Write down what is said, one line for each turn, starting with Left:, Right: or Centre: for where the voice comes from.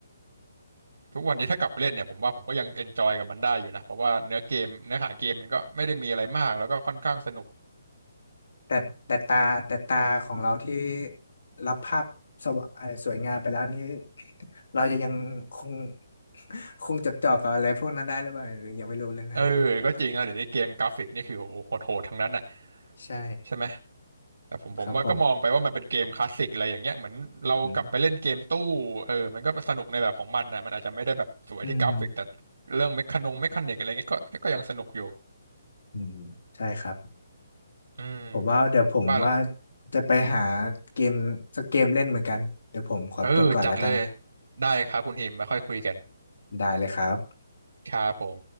Right: ทุกวันนี้ถ้ากลับไปเล่นเนี่ยผมว่าผมก็ยังเอนจอยกับมันได้อยู่นะเพราะว่าเนื้อเกมเนื้อหาเกมมันก็ไม่ได้มีอะไรมากแล้วก็ค่อนข้างสนุก
Left: แต่แต่ตาแต่ตาของเราที่รับภาพสวะเอ่อสวยงามไปแล้วนี่ <laughs> เราจะยังคง <laughs> คงจดจ่อกับอะไรพวกนั้นได้หรือเปล่าหรือยังไม่รู้เลยนะ
Right: เออก็จริงนะเดี๋ยวนี้เกมกราฟิกนี่คือโอ้โหโหดๆทั้งนั้นอ่ะ
Left: ใช่
Right: ใช่ไหม แต่ผมผมว่าก็มองไปว่ามันเป็นเกมคลาสสิกอะไรอย่างเงี้ยเหมือนเรากลับไปเล่นเกมตู้เออมันก็สนุกในแบบของมันนะมันอาจจะไม่ได้แบบสวยที่กราฟิกแต่
Left: ครับผมอืมอืม
Right: เรื่องเมคคานงเมคคานิกอะไรเงี้ยก็ก็ยังสนุกอยู่
Left: อืมใช่ครับ
Right: อืม
Left: ผมว่าเดี๋ยวผมว่า
Right: ว่าละ
Left: จะไปหาเกมสักเกมเล่นเหมือนกันเดี๋ยวผมขอตัวก่อนแล้วกันนะ
Right: เออจัดเลยได้ครับคุณหิมไว้ค่อยคุยกัน
Left: ได้เลยครับ
Right: ครับผม